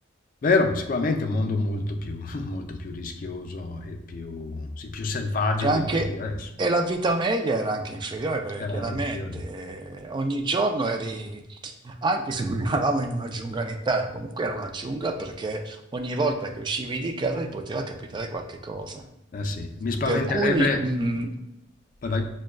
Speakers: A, on the left; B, on the right.
A: Vero, sicuramente è un mondo molto più, <laughs> molto più rischioso e più, sì, più selvaggio
B: E, anche,
A: del mondo di adesso.
B: e la vita media era anche inferiore perché
A: Era
B: chiaramente
A: anche inferiore.
B: eh, ogni giorno eri, anche se non eravamo in una giungla in Italia, comunque era una giungla perché ogni volta che uscivi di casa ti poteva capitare qualche cosa.
A: Eh sì, mi spaventerebbe.
B: Per cui mh,
A: Vai, vai.